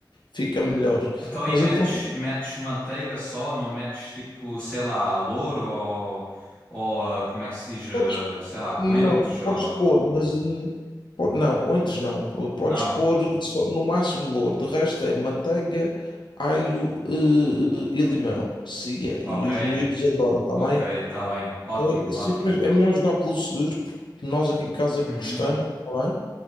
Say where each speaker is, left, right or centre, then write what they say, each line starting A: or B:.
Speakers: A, on the left (about 70°); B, on the left (about 15°).
A: fica melhor.
B: Então aí
A: Mas
B: metes,
A: então tu
B: metes manteiga só, não metes tipo, sei lá, louro ou, ou ah, como é que se diz, ah,
A: podes,
B: sei lá, coentros
A: não, podes
B: ou...
A: pôr, mas hum, po- não, coentros não, Po- podes
B: Não?
A: pôr só, no máximo louro, de resto é manteiga, alho eh, e limão. Siga,
B: Ok,
A: e os miúdos adoram também.
B: ok, tá bem. Ótimo,
A: É, assim,
B: ótimo.
A: pois, é melhor jogar pelo seguro, porque nós aqui em casa gostamos,
B: Uhum,
A: está bem?